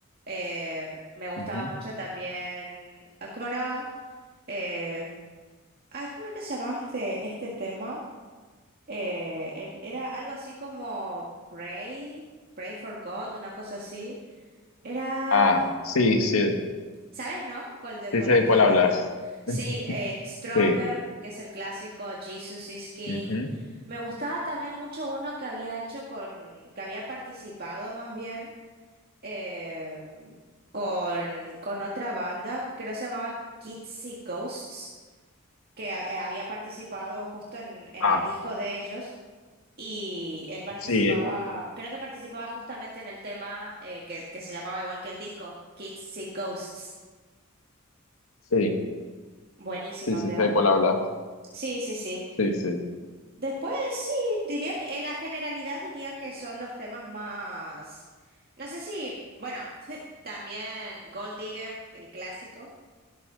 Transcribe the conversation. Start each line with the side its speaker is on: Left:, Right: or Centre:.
Right: eh, me gustaba
Left: Ujú.
Right: mucho también. ah, ¿Cómo era? Eh, ay, ¿cómo era que se llamaba este, este tema? Eh, el- era algo así como Pray, Pray for God, una cosa así. Era,
Left: Ah, sí, sí.
Right: ¿sabes, no? ¿Cuál de
Left: Sí
Right: cuál
Left: sé
Right: estoy
Left: de cuál
Right: hablando?
Left: hablas.
Right: Sí,
Left: <laughs>
Right: eh, Stronger,
Left: Sí.
Right: que es el clásico, Jesus is King.
Left: Ujú.
Right: Me gustaba también mucho uno que había hecho con, que había participado más bien em, con, con otra banda, que creo que se llamaba Kids See Ghosts, que ha- eh, había participado justo en en
Left: Ah,
Right: el disco de ellos. Y él participaba,
Left: sí, eh,
Right: creo que participaba justamente en el tema eh, que, que se llamaba igual que el disco, Kids See Ghosts.
Left: sí.
Right: Buenísimo
Left: Sí, sí
Right: tema.
Left: sé de cuál hablas.
Right: Sí, sí, sí.
Left: Sí, sí.
Right: Después sí, diría que en la generalidad diría que son los temas más... No sé si, bueno, <laughs> también Gold Digger, el clásico.